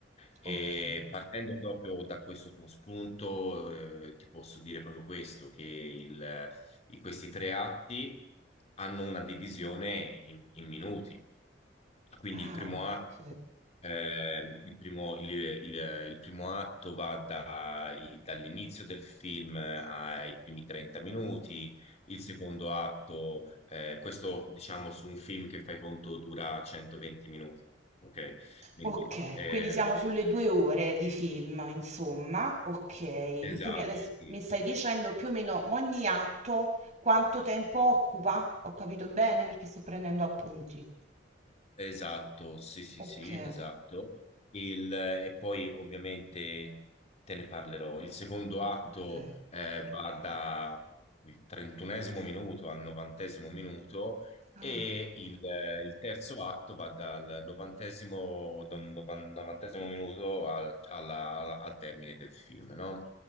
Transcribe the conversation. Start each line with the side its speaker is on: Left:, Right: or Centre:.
Left: E
Right: ok,
Left: partendo proprio da questo tuo spunto, eh, ti posso dire proprio questo, che il- i- questi tre atti hanno una divisione in, in minuti. Quindi
Right: ah,
Left: il primo
Right: ok.
Left: atto, eh, il primo, il- il- il primo atto va dai- dall'inizio del film ai primi 30 minuti, il secondo atto, eh, questo diciamo su un film che fai conto dura 120 minuti, ok? Quindi,
Right: Ok,
Left: ehm,
Right: quindi siamo sulle due ore di film, insomma. Ok,
Left: Esatto,
Right: tu mi, adesso
Left: sì.
Right: mi stai dicendo più o meno ogni atto quanto tempo occupa? Ho capito bene perché sto prendendo appunti.
Left: esatto, sì, sì,
Right: Ok,
Left: sì, esatto. Il- e poi ovviamente te ne parlerò. Il secondo atto
Right: ok.
Left: eh, va dal 31esimo minuto al 90esimo minuto
Right: Ah.
Left: e il, eh, il terzo atto va dal 90esimo, dal novan- 90esimo minuto al, alla- alla- al termine del film, no?